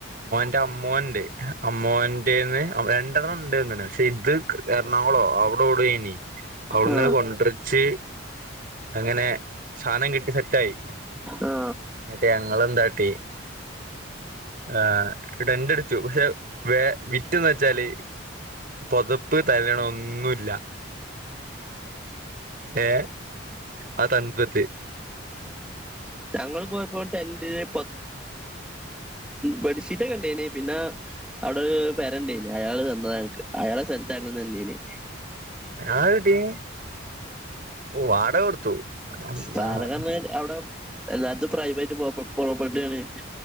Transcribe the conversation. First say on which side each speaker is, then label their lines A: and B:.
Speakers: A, on the right; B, in the centre.
A: ന്റെ അമ്മോൻണ്ട് ഏ അമ്മോന്റെന്ന് രണ്ടെണ്ണം ഉണ്ട്ന്ന് ക്ഷെ ഇത് എറണാകുളോ അവിടെ <unintelligible> അവിടുന്ന്
B: ആ
A: കൊണ്ടരിച്ച് അങ്ങനെ സാനം കിട്ടി സെറ്റായി
B: ആ
A: മറ്റേ ഞങ്ങെന്താട്ടി ആ ടെന്റ് അടിച്ചു പക്ഷെ വേ വിറ്റന്ന് വെച്ചാല് പൊതപ്പ് തലെണ ഒന്നുല്ല ഏ ആ തണത്തിടെ
B: ഞങ്ങള് പോയപ്പോ ടെൻ്റ് ന് പ പഠിച്ചിട്ടൊക്കെ ഉണ്ടേനി പിന്നെ അവിടെ പരണ്ടേന് അയാള് തന്നതാങ്ങക്ക് അയാൾടെ സ്ഥലത്താരുന്നു നിന്നീന്യ
A: ആട്ടി വോ അ ട കൊടുത്തു
B: വാടകന്ന്
A: ആഹ്
B: അവിടെ എല്ലാടത്തും പ്രൈവേറ്റ് പോ പോ പ്രോപ്പർട്ടിയാണ്